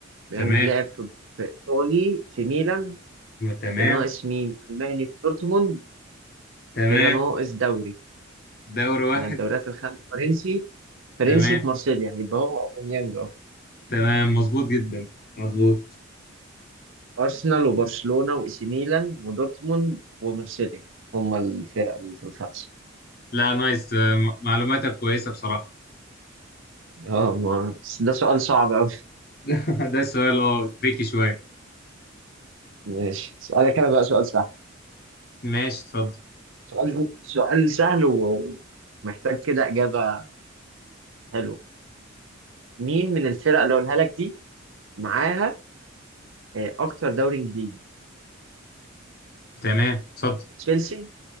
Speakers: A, on the right; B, on the left.
A: بيانج
B: تمام
A: لعب في في ايطالي في ميلان
B: تمام
A: كده ناقص مين الماني في دورتموند
B: تمام
A: كده ناقص دوري
B: دوري واحد
A: من الدوريات الخمسة فرنسي فرنسي
B: تمام
A: في مارسيليا يبقى هو اوباميانج اه
B: تمام مظبوط جدا مظبوط
A: ارسنال وبرشلونة واي سي ميلان ودورتموند ومارسيليا هم الفرق اللي في الخمسة
B: لا نايس آه، م- معلوماتك كويسة بصراحة
A: اه ما بس ده سؤال صعب أوي
B: <laughs> ده سؤال اه تريكي شوية
A: ماشي سؤالك أنا بقى سؤال سهل
B: ماشي اتفضل
A: سؤال سؤال سهل و- ومحتاج كده إجابة حلوة مين من الفرق اللي أقولها لك دي معاها آه، اكتر دوري انجليزي
B: تمام اتفضل
A: تشيلسي